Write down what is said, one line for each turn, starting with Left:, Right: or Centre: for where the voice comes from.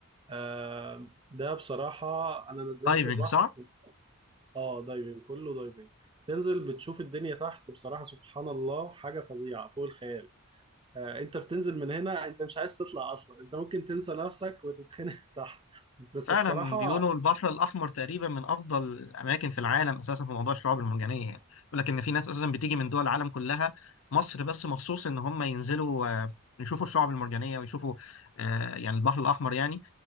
Right: آه ده بصراحة أنا نزلت
Left: دايفنج
Right: البحر
Left: صح؟
Right: آه دايفنج كله دايفنج تنزل بتشوف الدنيا تحت بصراحة سبحان الله حاجة فظيعة فوق الخيال آه أنت بتنزل من هنا أنت مش عايز تطلع أصلا أنت ممكن تنسى نفسك وتتخنق <laughs> تحت بس
Left: فعلا
Right: بصراحة
Left: بيقولوا البحر الاحمر تقريبا من افضل الاماكن في العالم اساسا في موضوع الشعاب المرجانية يعني بيقول لك ان في ناس اساسا بتيجي من دول العالم كلها مصر بس مخصوص ان هم ينزلوا آه، يشوفوا الشعاب المرجانية ويشوفوا آه، يعني البحر الاحمر يعني